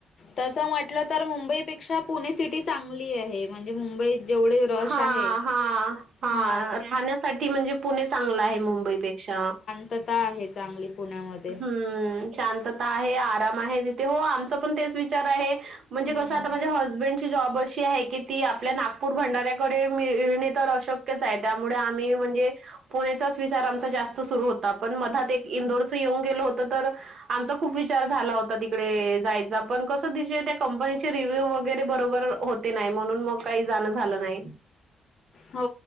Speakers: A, on the left; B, on the right.
A: तसं म्हटलं तर मुंबईपेक्षा पुणे सिटी चांगली आहे, म्हणजे मुंबईत जेवढे रश
B: हां
A: आहे
B: हां हं,
A: हा
B: राहण्यासाठी म्हणजे पुणे चांगल आहे मुंबईपेक्षा.
A: <unintelligible> ते त आहे चांगली पुण्यामध्ये.
B: हं. शांतता आहे, आराम आहे, तीथे हो आमच पण तेच विचार आहे, म्हणजे
A: हम्म.
B: कस आता माझ्या हजबंडचे जॉब अशी आहे की, ती आपल्या नागपूर भंडऱ्या कडे मिळणे तर अशक्यच आहे, त्यामुळे आम्ही म्हणजे पुणेचाच विचार आमचा जास्त सुरू होता, पण मधात एक इंदोरच येऊन गेलो होत तर आमचा खूप विचार झाला होता तिकडे जायचा, पण कसं तीचे त्या कंपनीचे रिव्ह्यू वगैरे बरोबर होते नाही, म्हणून मग काही जाणं झालं नाही.
A: हो